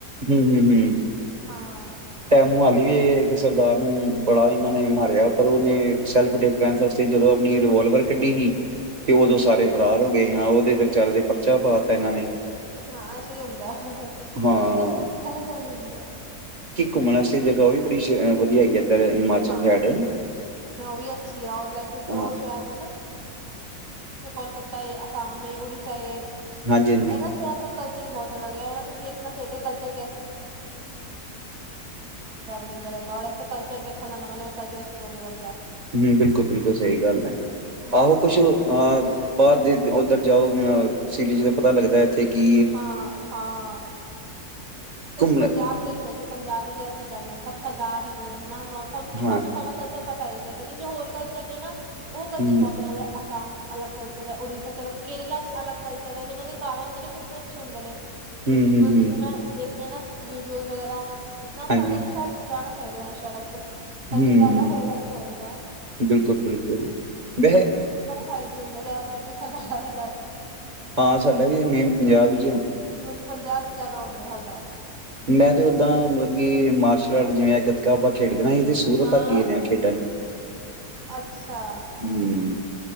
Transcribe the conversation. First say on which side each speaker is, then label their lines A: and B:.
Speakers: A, on the right; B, on the right.
A: ਹੂੰ-ਹੂੰ-ਹੂੰ,
B: ਹਾਂ
A: ਟੈ ਮੋਹਾਲੀ ਏ। ਸਰਦਾਰ ਨੂੰ ਬੜਾ ਇਹਨਾਂ ਨੇ ਮਾਰਿਆ ਪਰ ਉਹਨੇ ਸੈਲਫ ਡਿਫੈਂਸ ਵਾਸਤੇ ਜਦੋਂ ਆਪਣੀ ਰਿਵਾਲਵਰ ਕੱਢੀ ਸੀ। ਤੇ
B: ਹਮ
A: ਉਦੋਂ ਸਾਰੇ ਫਰਾਰ ਹੋ ਗਏ ਆ ਉਹਦੇ ਚਾਰੇ ਦੇ, ਪਰਚਾ ਪਾ ਤਾ ਇਹਨਾਂ ਨੇ
B: ਹਾਂ ਐਸਾ ਹੀ ਹੁੰਦਾ ਹੈ।
A: ਹਾਂ।
B: <unintelligible>
A: ਘੁੰਮਣਾ ਵਾਸਤੇ ਉਹ ਵੀ ਬੜੀ ਅਹ ਵਧੀਆ ਹੈਗੀ ਇੱਧਰ ਹਿਮਾਚਲ
B: ਹਾਂ
A: ਸਾਈਡ
B: ਉਹ ਵੀ ਅੱਛੀ ਆ ਲਾਈਕ ਜੇ
A: ਹਾਂ
B: ਉਹ ਸ਼ਹਿਰ ਕੋਲਕਾਤਾ ਏ ਅਸਾਮ ਏ ਉੜੀਸਾ ਏ
A: ਹਾਂਜੀ ਹਾਂਜੀ
B: ਇਹਨਾਂ ਸ਼ਹਿਰ ਦਾ ਕਲਚ ਤੇਰੀ ਬਹੁਤ ਅਲਗ ਦੇਖਣਾ ਚਾਹੀਦਾ ਕਲ ਤਕ ਟਰੈਵਿੰਗ ਕਰਨ ਤੇ ਕਲ ਜਦ ਵੇਖਣ ਨੂੰ ਨਵੇਂ ਨਵੇਂ ਕਲਚਰ ਪ੍ਰੋਗਰਾਮ ਦਾ
A: ਹਮ ਬਿਲਕੁਲ ਬਿਲਕੁ ਸਹੀ ਗੱਲ ਹੈ
B: ਮਸਤ
A: ਆਹੋ ਕੁਛ
B: ਹੈ ਜੀ,
A: ਆ ਬਾਹਰ ਦੇ ਉੱਧਰ ਜਾਓ ਸਿਟੀ ਚ ਤੇ ਪਤਾ ਲੱਗਦਾ ਇੱਥੇ ਕੀ
B: ਹਾਂ ਹਾਂ
A: ਘੁੰਮਣ
B: ਪੰਜਾਬ ਦੇਖਿਆ ਕਿ ਪੰਜਾਬ ਵਿੱਚ ਇਹ ਚੀਜ਼ਾਂ ਨੇ ਸਭ ਸ ਦਾਰ ਹੀ ਨੇ ਹਨਾ ਸਾਨੂੰ
A: ਹਾਂ
B: ਸਾਡਾ ਕਲਚਰ ਪਤਾ ਹੀ ਫੇਰ ਕਿੰਜ ਹੋਰ ਚਨ ਨਾ ਉਹ ਕਲਚਰ
A: ਹਮ
B: ਬਹੁਤ ਅੱਗ ਅਸਾਮ ਚ ਅਲੱਗ ਕਲਚਰ ਹੈ ਉੜੀਸਾ ਚ ਅਲੱਗ ਕੇਰਲਾ ਚ ਅਲੱਗ ਕਲਚਰ ਹੈ ਜਿ ਉਹਨਾਂ ਦੇ ਘਰ ਹੁੰਦੇ ਨੇ ਨ ਚੋਂਦ ਨੇ ਤੁਸੀਂ
A: ਹਮ ਹਮ
B: ਜਦੋਂ
A: ਹਮ
B: ਦੇਖ ਨਹੀਂ ਨਾ ਵੀਡੀਓਜ਼ ਵਗੈਰਾ ਇਤਨਾ ਅੱਛਾ
A: ਹਾਂਜੀ
B: ਤਾਂ ਕਿ ਸ਼ਾਇਦ ਜਾਨਾ ਚਾਹੀਦੇ ਆ ਸ਼ਹਿਰ ਤੇ ਕਦੀ
A: ਹਮ
B: ਜ਼ਿਆਦਾ ਹੋਏਗਾ ਤੇ ਹੋਏਗਾ
A: ਬਿਲਕੁਲ ਬਿਲਕੁਲ ਵੈਸੇ
B: ਸਾਈਡ ਹੀ ਹੁੰਦਾ ਜ਼ਿਆਦਾਤਰ ਤੇ ਸਰਦਾਰ
A: ਹਾਂ ਸਾਡਾ ਵੀ ਮੇਨ ਪੰਜਾਬ ਹੀ
B: ਉੰਝ ਪੰਜਾਬ ਜ਼ਿਆਦਾ ਹੁੰਦਾ ਸਾਡਾ
A: ਮੈਂ ਤੇ ਓਦਾਂ ਮਤਲਬ ਕਿ ਮਾਰਸ਼ਲ ਆਰਟ ਜਿਵੇਂ ਗੱਤਕਾ ਆਪਾਂ ਖੇਡਦੇ ਸੂਰਤ
B: ਹਾਂ
A: ਤੱਕ ਗੇਦੇ ਆ ਖੇਡਣ
B: ਅੱਛਾ
A: ਹਮ